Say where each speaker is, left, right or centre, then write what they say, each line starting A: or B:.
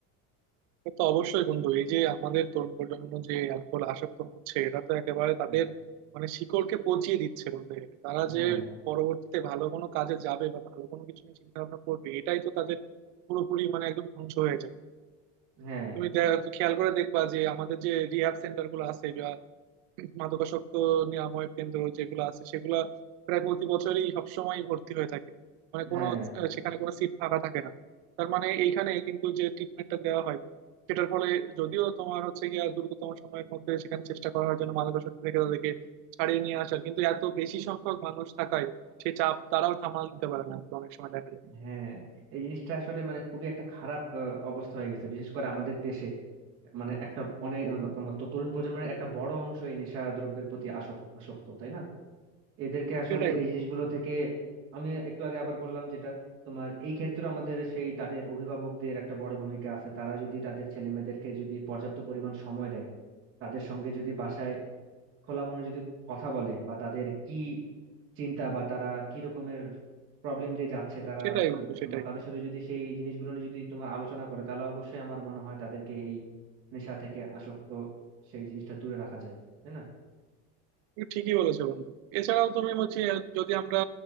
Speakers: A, on the right; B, on the right.
A: সে তো অবশ্যই বন্ধু এই যে আমাদের তরুণ প্রজন্ম যে অ্যালকোহল আসক্ত হচ্ছে এটা তো একেবারে তাদের
B: হ্যাঁ
A: মানে শিকড়কে পচিয়ে দিচ্ছে বলতে গেলে তারা
B: হ্যাঁ
A: যে পরবর্তীতে ভালো কোনো কাজে যাবে বা ভালো কোনো কিছু নিয়ে চিন্তা ভাবনা করবে এটাই তো তাদের পুরোপুরি মানে একদম ধ্বংস হয়ে যায়
B: হ্যাঁ
A: তুমি দে- খেয়াল করে দেখবা যে আমাদের যে রিহ্যাব সেন্টার গুলো আছে বা মাদকাসক্ত নিরাময় কেন্দ্র যেগুলো আছে সেগুলা প্রায় প্রতি বছরই সবসময় ভর্তি হয়ে থাকে মানে
B: হ্যাঁ
A: কোনো আহ, সেখানে কোনো সিট ফাঁকা থাকে না তার মানে এইখানে কিন্তু যে ট্রিটমেন্টটা দেওয়া হয় সেটার ফলে যদিও তোমার হচ্ছে গিয়া দ্রুততম সময়ের মধ্যে সেখানে চেষ্টা করা হয় যেন মাদকাসক্ত থেকে তাদেরকে ছাড়িয়ে নিয়ে আসার কিন্তু এত বেশি সংখ্যক মানুষ থাকায় সে চাপ তারাও সামাল দিতে পারে না অনেক সময় দেখা যায়
B: হ্যাঁ এই জিনিসটা আসলে মানে খুবই একটা খারাপ আহ, অবস্থা হয়ে গেছে বিশেষ করে আমাদের দেশে মানে একটা অনেক আহ, তোমার তো তরুণ প্রজন্মের একটা বড় অংশ এই নেশা দ্রব্যের প্রতি আসক্ত আসক্ত তাই না এদেরকে আসলে
A: সেটাই
B: এই
A: বন্ধু
B: জিনিসগুলো থেকে আমি একটু আগে আবার বললাম যেটা তোমার এই ক্ষেত্রে আমাদের সেই তাদের অভিভাবকদের একটা বড় ভূমিকা আছে তারা যদি তাদের ছেলে মেয়েদেরকে যদি পর্যাপ্ত পরিমাণ সময় দেয় তাদের সঙ্গে যদি বাসায় খোলা মনে যদি কথা বলে বা তাদের কি চিন্তা বা তারা কি রকমের প্রবলেম দিয়ে যাচ্ছে তারা
A: সেটাই
B: তা-
A: বন্ধু
B: তোমার
A: সেটাই
B: তাদের সাথে যদি সেই জিনিসগুলো নিয়ে যদি তোমার আলোচনা করে তাহলে অবশ্যই আমার মনে হয় তাদেরকে এই নেশা থেকে আসক্ত সেই জিনিসটা দূরে রাখা যায় তাই না
A: তুমি ঠিকই বলেছো বন্ধু এছাড়াও তুমি হচ্ছে যদি আমরা